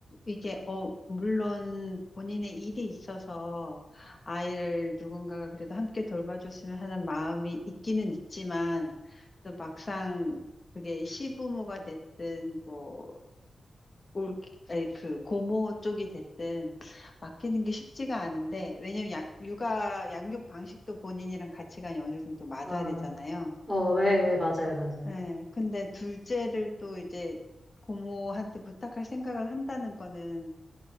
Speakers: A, on the left; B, in the centre.
A: 이게, 어, 물론 본인의 일이 있어서 아이를 누군가가 그래도 함께 돌봐줬으면 하는 마음이 있기는 있지만 또 막상 그게 시부모가 됐든 뭐 올, 아니, 그 고모 쪽이 됐든 맡기는 게 쉽지가 않은데 왜냐면 양, 육아 양육 방식도 본인이랑 가치관이 어느 정도 맞아야
B: 아,
A: 되잖아요.
B: 어, 예, 예, 맞아요, 맞아요.
A: 예, 근데 둘째를 또 이제 고모한테 부탁할 생각을 한다는 거는